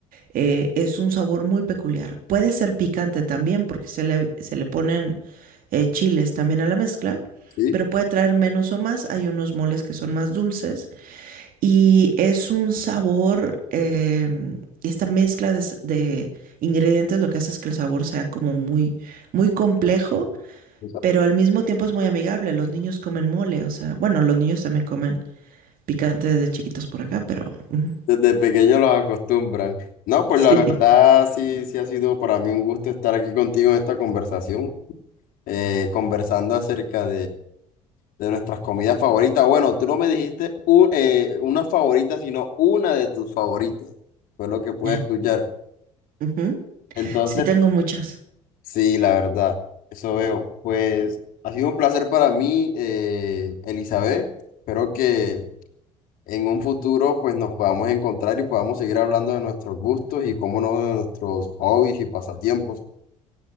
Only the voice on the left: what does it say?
sí.
O sea,
Desde pequeño los acostumbran. No, pues
la verdad,
sí, sí ha sido para mí un gusto estar aquí contigo en esta conversación, eh, conversando acerca De nuestras comidas favoritas. Bueno, tú no me dijiste u- eh, una favorita, sino una de tus favoritas. Fue lo que pude
escuchar.
Entonces,
sí, la verdad, eso veo. Pues ha sido un placer para mí, eh, Elizabeth. Espero que en un futuro pues nos podamos encontrar y podamos seguir hablando de nuestros gustos y cómo no de nuestros hobbies y pasatiempos.